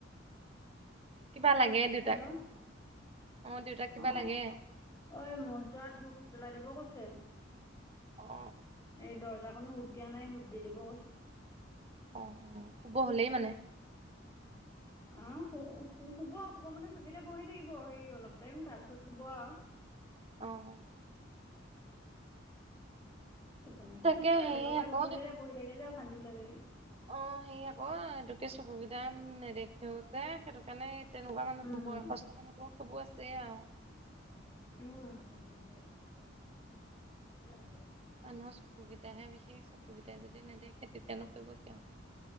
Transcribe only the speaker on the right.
কিবা লাগে দেউতাক?
অ', দেউতাক কিবা
লাগে?
অ অ
অ', অ', শুব হলেই মানে?
অ'।
তাকে
হেৰি
আকৌ
অ', হেৰি আকৌ <unintelligible> চকু কেইটা নেদেখেও যে, সেইটো কাৰণে তেনেকুৱা মানুহ,
বয়সস্থ মানুহবোৰৰ সেইবোৰ আছেই আৰু।
মানুহৰ চকুকেইটাহে বিশেষ, চকুকেইটাই যদি নেদেখে তেতিয়ানো কৰিব কিয়?